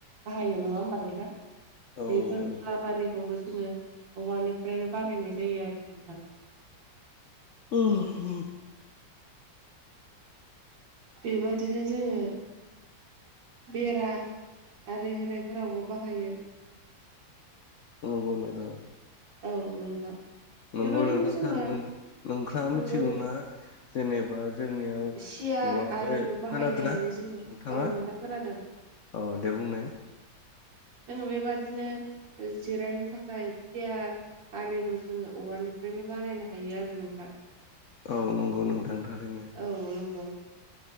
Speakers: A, on the right; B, on the left.
A: बाहायो नङा होमबा नोंथां?
B: औ
A: बेफोर
B: नंगौ नोंथां
A: मुलाबारिखौबो जोङो औवानिफ्रायनो बानायनाय जायो आरो नोंथां ‌।
B: औ
A: बेबादिनो जोङो बेरा आरि होनायफोरावबो बाहायो।
B: औ नंगौ नोंथां।
A: औ नोंथां बेबादिनो
B: नंगौ नोंथां
A: जोङो
B: नोंथाङा
A: नंगौ
B: मिथिगौना जेनेबा जोंनि औा
A: सियार आरिबो
B: बे
A: बाहायनो
B: खोनादों
A: हायो
B: ना
A: जोङो
B: नोंथाङा?
A: औ नोंथां खोनादों
B: अ दे बुंनाय।
A: जोङो बेबादिनो जिरायनो थाखाय सियार आरिबो जोङो औवानिफ्रायनो बानायनो हायो आरो नोंथां।
B: औ नंगौ नोंथां थारैनो।
A: औ नंगौ।